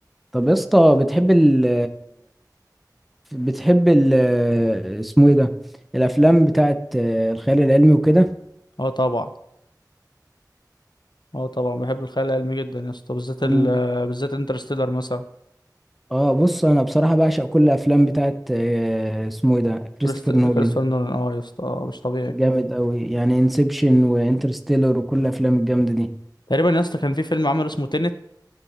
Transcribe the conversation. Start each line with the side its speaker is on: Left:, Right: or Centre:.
Centre: طب يا اسطى بتحب ال بتحب ال اسمه ايه ده الافلام بتاعت الخيال العلمي وكده
Left: اه طبعا اه طبعا بحب الخيال العلمي جدا يا اسطى بالذات
Centre: م-
Left: ال... بالذات انترستيلر مثلا
Centre: اه بص انا بصراحه بعشق كل الافلام بتاعت آه، اسمه ايه ده كريستوفر
Left: كريست كريستوفر
Centre: نولان
Left: نولان اه يا اسطى آه، مش طبيعي
Centre: جامد قوي يعني انسبشن وانترستيلر وكل الافلام الجامده دي
Left: تقريبا يا اسطى كان في فيلم عمله اسمه تينت